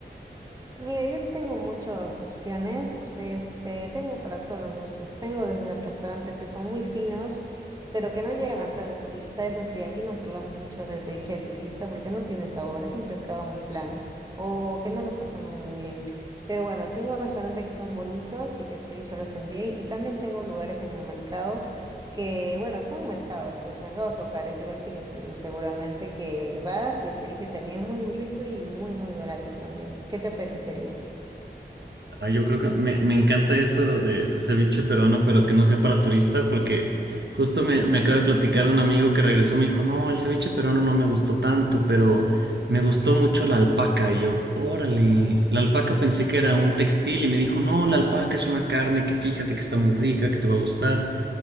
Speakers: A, on the right; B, on the right.
A: Mira, yo tengo muchas opciones, este, tengo para todos los gustos, tengo desde restaurantes que son muy finos, pero que no llegan a ser de turista, eso sí, aquí nos burlamos mucho del ceviche de turista porque no tiene sabor, es un pescado muy plano o que no lo sazonan muy bien. Pero bueno, tengo restaurantes que son bonitos y que el ceviche lo hacen bien y también tengo lugares en el mercado que bueno, son mercados, pues mercados locales, igual que los tuyos, seguramente que vas y el ceviche también es muy rico y muy, muy barato también. ¿Qué te apetecería?
B: Ay, yo creo que me, me encanta eso de ceviche peruano, pero que no sea para turista, porque justo me, me acaba de platicar un amigo que regresó, me dijo, no, el ceviche peruano no me gustó tanto, pero me gustó mucho la alpaca. Y yo, órale, la alpaca pensé que era un textil y me dijo, no, la alpaca es una carne que fíjate que está muy rica, que te va a gustar.